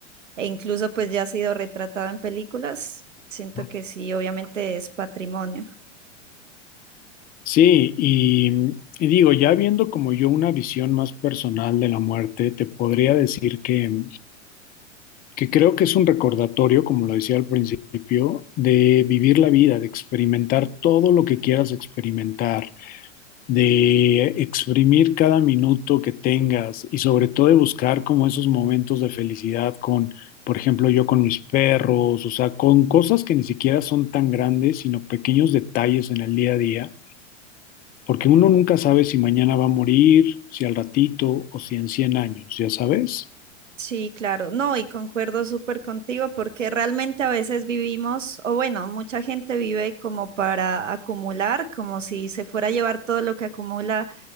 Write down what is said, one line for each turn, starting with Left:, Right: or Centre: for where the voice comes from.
Right: e incluso pues ya ha sido retratado en películas, siento
Left: ¿no?
Right: que sí, obviamente es patrimonio.
Left: Sí, y, y digo, ya viendo como yo una visión más personal de la muerte, te podría decir que, que creo que es un recordatorio, como lo decía al principio, de vivir la vida, de experimentar todo lo que quieras experimentar, de exprimir cada minuto que tengas y sobre todo de buscar como esos momentos de felicidad con, por ejemplo, yo con mis perros, o sea, con cosas que ni siquiera son tan grandes, sino pequeños detalles en el día a día porque uno nunca sabe si mañana va a morir, si al ratito o si en cien años, ¿ya sabes?
Right: Sí, claro, no, y concuerdo súper contigo porque realmente a veces vivimos, o bueno, mucha gente vive como para acumular, como si se fuera a llevar todo lo que acumula